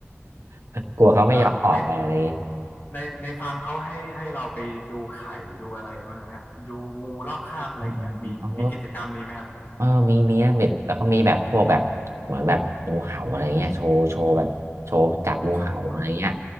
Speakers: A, on the right; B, on the left.
A: <laughs> กลัวเขาไม่ยอมออกไงอะไรอย่างงี้
B: แล้วใน ในในฟาร์มเขาให้ให้เราไปดูไข่ดูอะไรบ้างครับดูงูลอกคราบอะไรอย่างเงี้ยมีมีกิจกรรมนี้ไหมครับ
A: อืมเออ เออมีมีนะแบบแล้วก็มีแบบพวกแบบเหมือนแบบงูเห่าอะไรเงี้ยโชว์โชว์แบบโชว์จับงูเห่าอะไรเงี้ย
B: โชว์อ่ะ